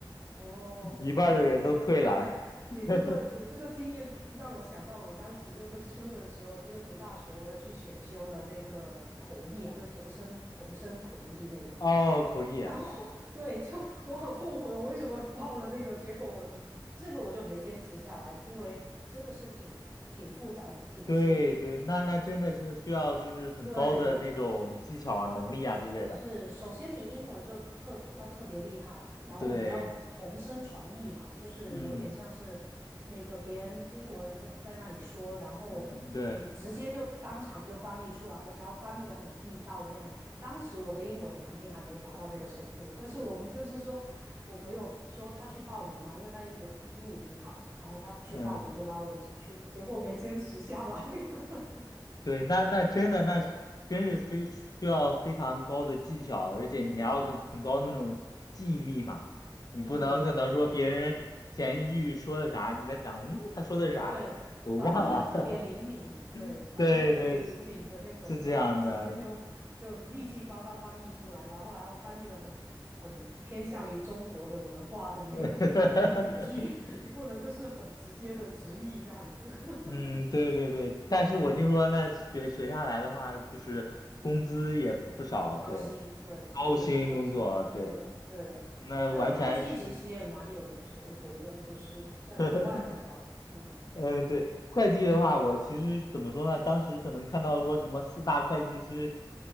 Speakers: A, on the right; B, on the left.
A: 哦，
B: 一半儿的人都退了。
A: 你你对 <laughs>
B: <laughs>
A: 你这个你这个经验让我想到，我当时就读书的时候，就是读大学，我也去选修了那个口译啊，就同声同声口译那个。
B: 哦，口译啊。
A: 然后 <laughs> 对，就我很后悔，我为什么报了那个，结果我嗯这个我就没坚持下来，因为真的是挺挺复杂、挺辛苦的。
B: 对对，那那真的是需要就是很高的那种技巧啊、
A: 对，
B: 能力啊之类的。
A: 是，首先你英文就特要特别厉害，然后你要同声传译嘛，
B: 对，
A: 就是有点像是那个别人英国人在在那里说，
B: 嗯，
A: 然后你直接就当场就翻译出来，
B: 嗯对，
A: 而且要翻译的很地道那样子。当时我的英文肯定还没达到那个程度，但是我们就是说，我朋友说他去报名嘛，因为他英文英语挺好的，然后他去报名就拉我一起去了，
B: 嗯，
A: 结果没坚持下来。<laughs>
B: 对，那那真的那是真是非需要非常高的技巧，而且你还要很很高的那种记忆力嘛，
A: 嗯，
B: 你不能可能说别人前一句说的啥，
A: 嗯，
B: 你在想，嗯，他说的是啥，
A: 对，
B: 我忘了。
A: 反应要特别灵敏，
B: <laughs>
A: 对，反应要特别灵敏的那种，
B: 对对，是这样的。
A: 然后就直接就就立即帮他翻译出来，然后还要翻译的很很偏向于中国的文化的那个
B: <laughs>
A: <laughs> 语句，<laughs> 你不能就是很直接的直译这样子。<laughs>
B: 嗯，对对对，但是我听说那学学下来的话，就是工资也不少，
A: 高薪，
B: 对，
A: 对，
B: 高薪工作，
A: 真的是高薪，是的，
B: 对，
A: 对的。
B: 那完全是，
A: 但会计其实也蛮有前途的，就是在国外的话，
B: <laughs>
A: 嗯
B: 嗯，对，会计的话，我其实怎么说呢？当时可能看到说什么四大会计师，